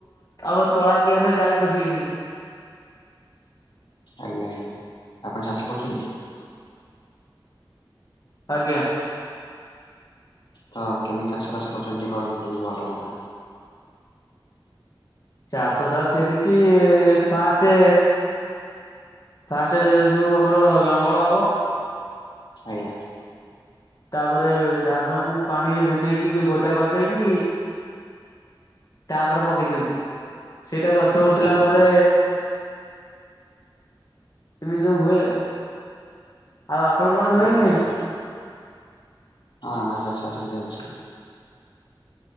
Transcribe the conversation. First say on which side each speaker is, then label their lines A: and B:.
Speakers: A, on the left (about 45°); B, on the left (about 60°).
A: ଆମ ତଳକିିଆରିରେ ଗାଈ ପଶିଯାଇଛନ୍ତି। <inaudible>
B: ଆଜ୍ଞାଆଜ୍ଞା ଆପଣ ଚାଷ କରୁଛନ୍ତି।
A: ଆଜ୍ଞା।
B: ତ କେମିତି ଚାଷବାଷ କରୁଛନ୍ତି ଟିକେ କହନ୍ତେ ଭଲହୁଅନ୍ତା।
A: ଚାଷ ସାର୍ ସେମିତି ଫାଷ୍ଟେ। ଫାଷ୍ଟ ଯୋଉ ଆମର ଲଙ୍ଗଳ ହବ।
B: ଆଜ୍ଞା।
A: ତାପରେ ଧାନକୁ ପାଣିରେ ଭେଦେଇକି ଯୋଉ ଗଜାକରିଦେଇକି। ତାପରେ ପକେଇଦିଅନ୍ତି ସେଇଟା ଗଛଉଠିଲା
B: ଆଜ୍ଞା
A: ପରେ।
B: ଆଜ୍ଞା
A: <inaudible> ଏମି ସବୁହୁଏ ଆଉ ଆପଣଙ୍କଆଡେ ହୁଏ
B: ଆଜ୍ଞା
A: କି ନାଇଁ।
B: ଆଜ୍ଞା ହଁ ଆମର ଚାଷବାସ ବି ଜାଣିଚୁ।